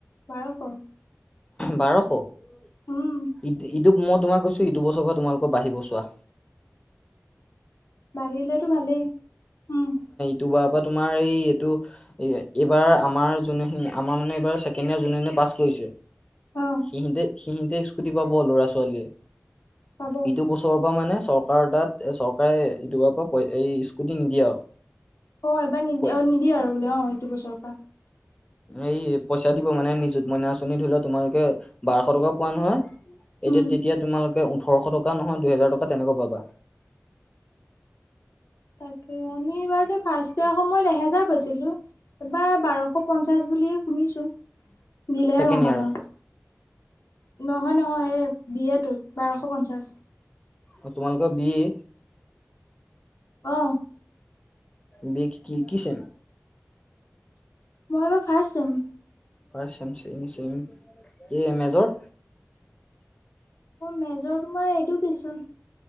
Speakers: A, on the left; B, on the left.
A: বাৰশ
B: বাৰশ ই
A: উম
B: ই তো ম তোমাক কৈছো ইটো বছৰ পৰা তোমালোকৰ বাঢ়িব চোৱা
A: বাঢ়িলেটো ভালেই উম
B: তোৰ বা তোমাৰ এই এইটো এইবাৰ আমাৰ যোনে আমাৰ মানে এইবাৰ ছেকেণ্ড ইয়াৰ যোনে পাছ কৰিছে
A: অ
B: সিহঁতে সিহঁতে স্কুটি পাব লৰা ছোৱালীয়ে
A: পাব
B: ইটো বছৰৰ পৰা মানে চৰকাৰ চৰকাৰ তাত চৰকাৰে ইতোবাৰ পৰাই এই স্কুটি নিদিয়ে আৰু
A: অহ এইবাৰ নিদি
B: পই-
A: অহ নিদিয়ে আৰু বোলে অহ এইটো বছৰৰ পৰা
B: এই পইচা দিব মানে নিযুত মইনা আঁচনি ধৰি লও তোমালোকে বাৰশ টকা পোৱা নহয় এতিয়া
A: উম
B: তেতিয়া তোমালোকে ওঠৰশ টকা নহয় দুইহেজাৰ টকা তেনেকুৱা পাবা
A: তাকে আমি বাৰু ফাৰ্ষ্ট আকৌএহেজাৰ পাইছিলো এইবাৰ বাৰশ পঞ্চাশ বুলি শুনিছো দিলেহে
B: ছেকেণ্ড
A: গম
B: ইয়াৰত
A: পাম আৰু নহয় নহয় এই দিয়টো বাৰশ পঞ্চাছ
B: অহ তোমালোকৰ বি এ
A: অহ
B: বি এছ কি ছেম
A: মই এইবাৰ ফাৰ্ষ্ট চেম
B: হয় চেম চেমি চেমি এই মেজৰ
A: মোৰ মেজৰ তোমাৰ এডুকেশ্বন